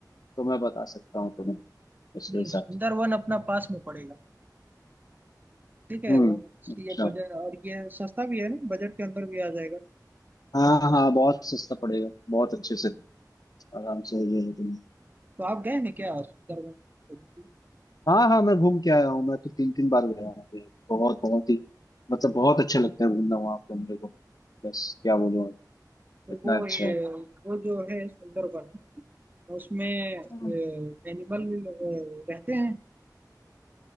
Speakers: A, on the left; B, on the right.
A: तो मैं बता सकता हूँ तुम्हें उसके
B: नहीं
A: हिसाब
B: सुंदरवन
A: से
B: अपना पास में पड़ेगा ठीक है
A: हम्म
B: वो इसलिए
A: अच्छा
B: बजट और ये सस्ता भी है ना बजट के अंदर भी आ जाएगा
A: हाँ हाँ बहुत सस्ता पड़ेगा बहुत अच्छे से आराम से हो जाएगा तुम्हें
B: तो आप गए हैं क्या सुंदरवन कभी भी?
A: हाँ हाँ मैं घूम के आया हूँ मैं तो तीन तीन बार गया हूँ यहाँ पे। बहुत बहुत ही मतलब बहुत अच्छा लगता है घूमना वहाँ पे मेरे को बस क्या बोलूँ
B: तो
A: इतना
B: वो
A: अच्छा
B: ये
A: है
B: वो जो है सुंदरवन उसमें एनिमल
A: हम्म।
B: रहते हैं